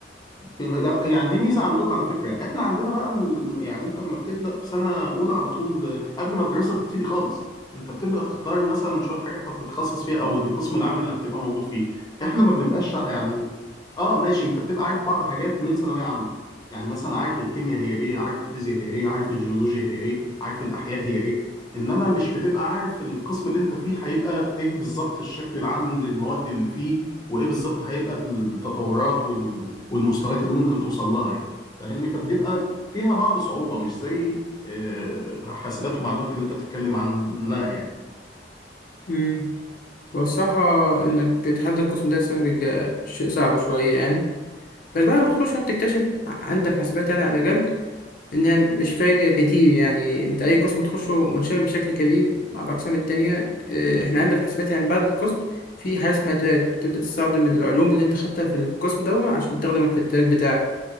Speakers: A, on the left (about 20°); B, on the left (about 50°).
A: لا يعني دي ميزه عندكم على فكره احنا عندنا بقى ال... يعني انت لما بتبدا في سنه اولى على طول آه، قبل ما الدراسه تبتدي خالص انت بتبدا تختار مثلا شويه حاجات هتتخصص فيها او القسم العام اللي هتبقى موجود فيه احنا ما بنبقاش يعني اه ماشي انت بتبقى عارف بعض حاجات من ثانويه عامه يعني مثلا عارف الكيمياء هي ايه عارف الفيزياء هي ايه عارف الجيولوجيا هي ايه عارف الاحياء هي ايه انما مش بتبقى عارف القسم اللي انت فيه هيبقى ايه بالظبط الشكل العام للمواد اللي فيه وايه بالظبط هيبقى التطورات وال... والمستويات اللي ممكن توصل لها يعني فاهمني فبتبقى فيها بعض صعوبه مش زي آه، حاسبات ومعلومات اللي انت بتتكلم عنها يعني
B: ثانوي. هو الصراحة إنك تحدد القسم ده أصلا بيبقى شيء صعب شوية يعني بس بعد ما بتخش بتكتشف عندك حسابات يعني على الأقل إنها مش فارقة كتير يعني أنت أي قسم تخشه متشابه بشكل كبير مع الأقسام التانية آه، إحنا عندنا في حسابات يعني بعد القسم في حاجة اسمها تراك بتبدأ تستخدم العلوم اللي أنت خدتها في القسم ده عشان تخدمك في التراك بتاعك